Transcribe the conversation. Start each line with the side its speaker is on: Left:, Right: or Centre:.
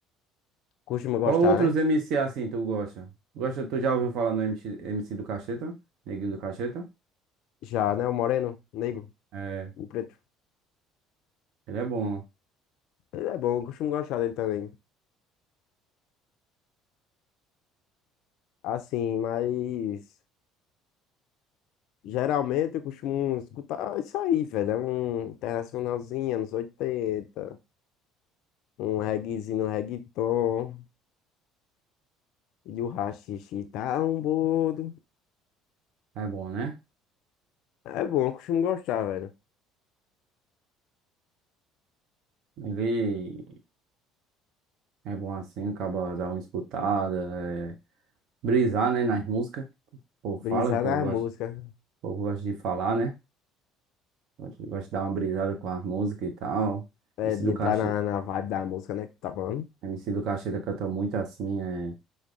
Left: Costuma gostar,
Right: Qual outros
Left: né?
Right: MC assim tu gosta? Gosta, tu já ouviu falar no MC, MC do Cacheta? Neguinho do Cacheta?
Left: Já, né? O moreno, o negro,
Right: É,
Left: o preto.
Right: ele é bom,
Left: Ele é bom, eu costumo gostar dele também. Assim, mas geralmente eu costumo escutar isso aí, velho. É um internacionalzinho, anos 80, um reguezinho, um reggaeton, e o haxixe tá um bodo.
Right: é bom, né?
Left: É bom, eu costumo gostar, velho.
Right: Ele é bom assim, acaba dar uma escutada, é, brisar, né, nas músicas. O povo
Left: Brisar
Right: fala, o povo
Left: na
Right: gosta,
Left: música,
Right: o povo gosta de falar, né? Gosto, gosto de dar uma brisada com as músicas e tal.
Left: é,
Right: MC
Left: de
Right: do
Left: entrar
Right: Caixa,
Left: na, na vibe da música, né, que tá falando.
Right: MC do Caixeta canta muito assim, é,